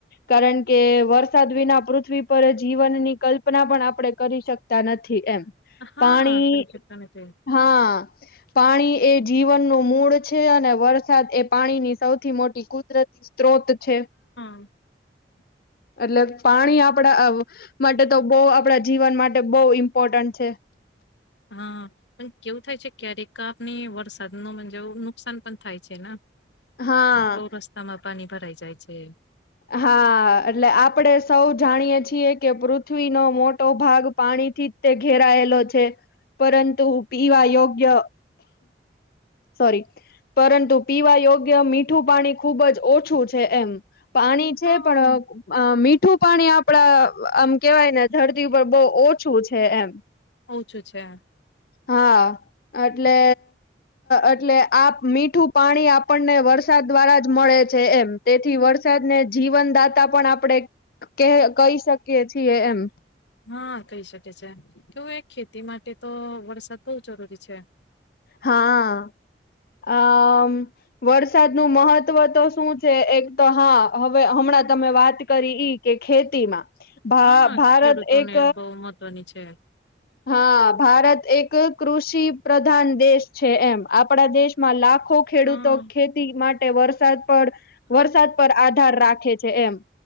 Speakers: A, on the left (about 55°); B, on the left (about 85°).
A: કારણ કે વરસાદ વિના પૃથ્વી પર જીવનની કલ્પના પણ આપડે કરી શકતા નથી, એમ
B: હા
A: પાણી,
B: કરી શકતા નથી
A: હા પાણી એ જીવનનું મૂળ છે, અને વરસાદ એ પાણીની સૌથી મોટી કુદરતી સ્ત્રોત છે.
B: <inaudible>
A: <inaudible> એટલે પાણી આપડા અ માટે તો બોવ આપડા જીવન, માટે બહુ ઇમ્પોર્ટન્ટ છે. <inaudible>
B: હા, પણ કેવું થાય છે. ક્યારેક આપને વરસાદ નો <unintelligible> નુકસાન પણ થાય છેને.
A: હા.
B: બહ રસ્તામાં પાણી ભરાઈ જાય છે.
A: હા, એટલે આપડે સૌ જાણીએ છીએ કે પૃથ્વીનો મોટો ભાગ પાણી થી જ તે ઘેરાયેલો છે, પરંતુ પીવા યોગ્ય સોરી પરંતુ પીવા યોગ્ય મીઠું પાણી ખુબ જ ઓછું છે, એમ પાણી છે,
B: હા
A: પણ અ મીઠ ઠુ પાણી આપડા આમ કેવાય ને ધરતી ઉપર બહુ ઓછું છે, એમ.
B: ઓછું છે.
A: હા એટલે એટલે આ મીઠુ, પાણી આપણને વરસાદ દ્વારા જ મળે છે એમ તેથી વરસાદ ને જીવનદાતા પણ આપણેે કે કહી, શકીએ છીએ એમ.
B: હા કહી શકે છે, કેવું એક ખેતી માટે તો વરસાદ બહુ જરૂરી છે.
A: હા, આ અ વરસાદનુ મહત્ ત્વ તો શું છે, એક તો હા હવે હમણાં તમે વાત કરી ઈ કે ખેતી માં ભા,
B: હા
A: ભારત
B: ખેડૂતોને
A: એક
B: બહુ મહત્વની છે
A: હા, ભારત એક કૃષિ પ્રધાન દેશ છે. એમ આપડા દેશમાં લાખ ખો ખેડૂતો
B: હા
A: ખેતી માટે વરસાદ પર વરસાદ પર આધાર રાખે છે, એમ